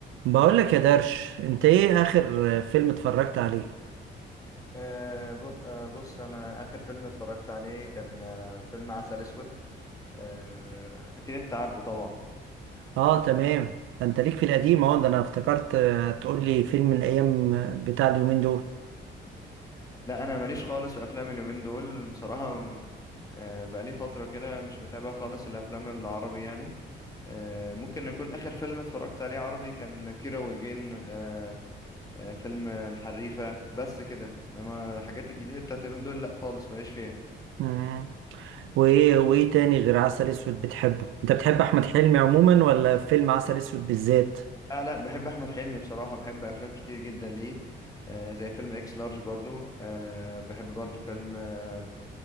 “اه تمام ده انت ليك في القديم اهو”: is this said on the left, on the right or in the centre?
Right